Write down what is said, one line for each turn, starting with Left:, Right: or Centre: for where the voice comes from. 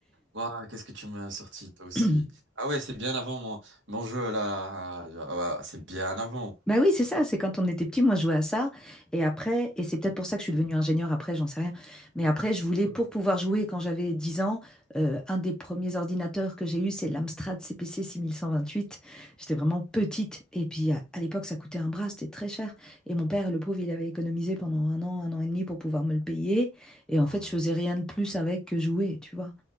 Right: Waouh, qu'est-ce que tu m'as sorti, toi aussi.
Centre: <coughs>
Right: Ah ouais, c'est bien avant mon, mon jeu, là. là, là, là. Ouais, c'est bien avant.
Centre: Ben oui, c'est ça, c'est quand on était petit, moi je jouais à ça. Et après, et c'est peut-être pour ça que je suis devenue ingénieure après, j'en sais rien. Mais après, je voulais,
Right: Hmm.
Centre: pour pouvoir jouer quand j'avais 10 ans, euh, un des premiers ordinateurs que j'ai eu, c'est l'Amstrad CPC 6128. J'étais vraiment petite. Et puis à, à l'époque, ça coûtait un bras, c'était très cher. Et mon père, le pauvre, il avait économisé pendant un an, un an et demi pour pouvoir me le payer. Et
Right: Ah,
Centre: en fait, je faisais rien de plus avec que jouer, tu vois.